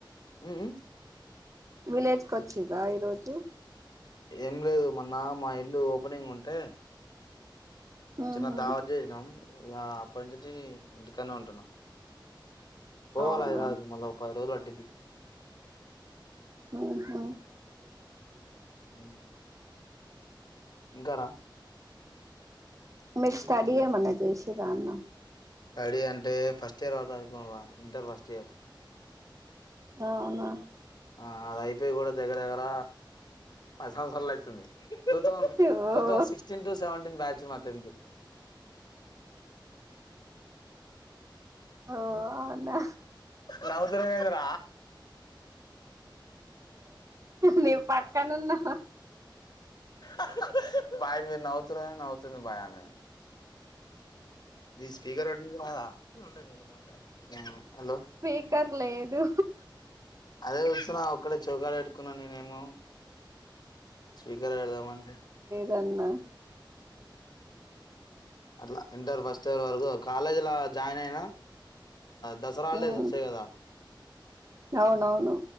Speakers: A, on the left; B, on the right.
A: హ్మ్
B: విలేజ్క వచ్చిదా ఈరోజు
A: ఎం లేదు మ న్నా మా ఇల్లు ఓపెనింగ్ ఉంటే
B: ఆహా
A: చిన్న ధావత్ చేసినం ఇగ అప్పటి నుంచి ఇంటికనే ఉంటున్న పోవాల
B: అవునా
A: హైదరబాద్కి మల్ల ఒక్క రోజు పట్టుది
B: ఓహ
A: హ్మ్ గర
B: మీరు స్టడి ఏమన్న చేసిర అన్న
A: స్టడీ అంటే ఫస్ట్ ఇయర్ వాకు చదువుకున్న ఇంటర్ ఫస్ట్ ఇయర్
B: అవునా
A: ఆ అది అయిపోయి కూడా దగ్గర దగ్గర పది సంవత్సరలు అవుతుంది టూ
B: ఓ
A: thousand sixteen two seventeen batch మా టెన్త్
B: ఓ అవునా
A: నవు్తు నవేంద్ర
B: నే పక్కనున్నా
A: ఆ పమి నవుతు తేంది బాయామ ఇది స్పీకర్ అడిద ఉండగా ఉండి హలో
B: స్పీకర్ లేదు
A: అదే చూస్తున్నా ఒక్కడే చౌకాడ కొకున్నా నేనేమో స్వీకారాదమాంట
B: దన్న
A: అట్లా ఇంటర్ ఫస్ట్ ఇయర్ వరకు కాలేజీ జాయిన్ అయినా దసరా హాలిడేస్
B: ఉమ్
A: వస్తాయి కదా,
B: అవునవును